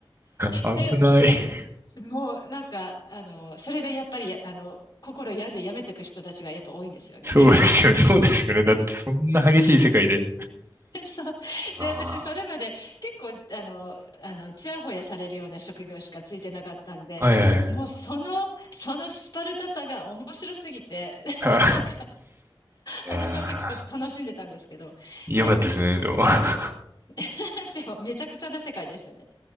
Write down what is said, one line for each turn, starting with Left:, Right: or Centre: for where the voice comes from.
Right: 危ない。
Left: で、もうなんか、あの、それでやっぱり、あの、心病んでやめていく人たちがやっぱ多いんですよね。
Right: そうですよね、そうですよね。だってそんな激しい世界で。
Left: <laughs> そう。で、
Right: あ
Left: 私、それまで結構、あの、あの、ちやほやされるような職業しかついてなかったんで、
Right: あ、はいはい。
Left: もうその、そのスパルタさが面白すぎて、<laughs>
Right: <laughs> あ
Left: なんか、私は結構楽しんでたんですけど、
Right: いやー、
Left: で、
Right: よかったですね、
Left: そう。
Right: でも。は
Left: <laughs> でも、めちゃくちゃな世界でしたね。